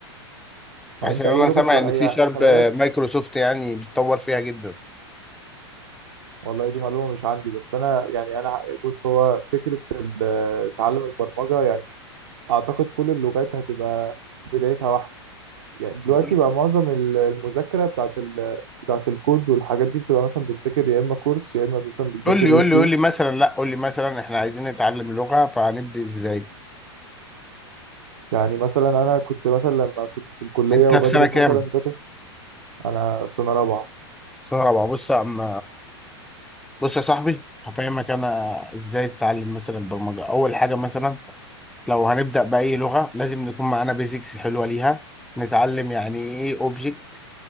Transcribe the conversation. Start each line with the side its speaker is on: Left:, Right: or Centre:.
Right: ما
Centre: عشان
Right: انت اي
Centre: انا
Right: لغه
Centre: سامع
Right: بقى
Centre: ان سي
Right: هي
Centre: شارب
Right: خلي بالك
Centre: مايكروسوفت يعني بتطور فيها جدا
Right: والله دي معلومة مش عندي بس أنا يعني أنا بص هو فكرة ال- آه، تعلم البرمجة يعني أعتقد كل اللغات هتبقى بدايتها واحدة يعني دلوقتي
Centre: قول
Right: بقى معظم ال- المذاكرة بتاعت ال بتاعت الكود والحاجات دي بتبقى مثلا بتذاكر يا إما كورس يا إما مثلا بتذاكر
Centre: قول لي قول
Right: يوتيوب
Centre: لي قول لي مثلا لا قول لي مثلا احنا عايزين نتعلم لغة فهنبدأ ازاي
Right: يعني مثلا أنا كنت مثلا لما كنت في الكلية
Centre: انت
Right: وبدرس
Centre: في سنة كام
Right: مثلا داتا س- أنا في سنة رابعة
Centre: سنة رابعة بص يا عم بص يا صاحبي هفهمك انا ازاي تتعلم مثلا برمجة اول حاجة مثلا لو هنبدأ بأي لغة لازم نكون معانا بيزكس حلوة ليها نتعلم يعني ايه اوبجكت